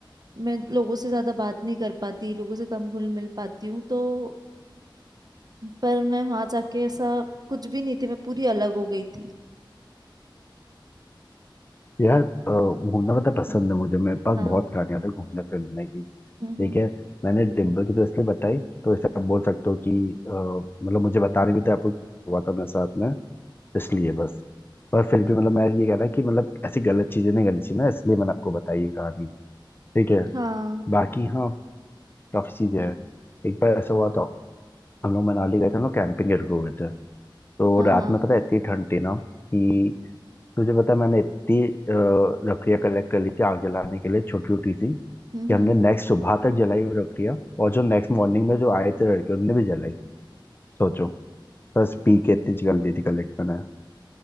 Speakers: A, on the right (about 50°); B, on the left (about 25°).
A: मैं लोगों से ज्यादा बात नहीं कर पाती लोगों से कम घुल मिल पाती हूँ तो पर मैं वहां जाके ऐसा कुछ भी नहीं थी मैं पूरी अलग हो गई थी
B: यार अ, घूमना पता पसंद
A: हाँ
B: है मुझे मेरे पास
A: हाँ
B: बहुत कहानियां थी घूमने फिरने की
A: हम्म
B: ठीक
A: हम्म,
B: है मैंने डिम्पल की तो इसलिए बताई तो इसे आप बोल सकते हो कि अ, मतलब मुझे बताने भी था आपको क्या हुआ था मेरे साथ में इसलिए बस पर फिर भी मतलब मैं ये कह रहा कि मतलब ऐसी गलत चीजें नहीं करनी चाहिए ना इसलिए मैंने आपको बताई ये कहानी ठीक है
A: हाँ
B: बाकी हाँ काफी चीजें हैं एक बार ऐसा हुआ था हम लोग मनाली गए थे हम लोग कैंपिंग के रुके हुए थे तो
A: हाँ
B: रात
A: हाँ
B: में पता है इतनी ठंड थी ना कि तुझे पता है मैंने इतनी अ, लकड़ियाँ कलेक्ट कर ली थी आग जलाने के लिए छोटी छोटी सी कि
A: हम्म
B: हमने नेक्स्ट सुबह तक जलाई हुई लकड़ियाँ और जो नेक्स्ट मॉर्निंग में जो आए थे लड़के उनने भी जलाई सोचो बस
A: हम्म
B: पी के इतनी जल दी थी कलेक्ट मैंने